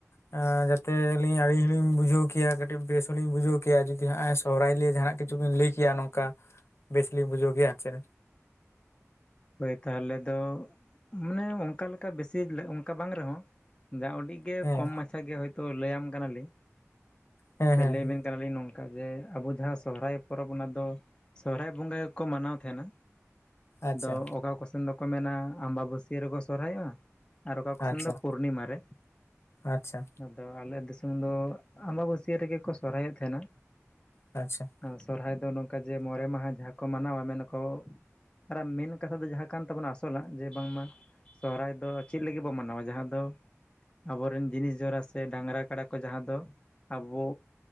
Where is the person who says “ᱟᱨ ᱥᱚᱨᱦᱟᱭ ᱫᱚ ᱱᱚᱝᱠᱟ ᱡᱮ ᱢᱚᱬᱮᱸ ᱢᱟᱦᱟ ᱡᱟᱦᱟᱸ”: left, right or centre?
Left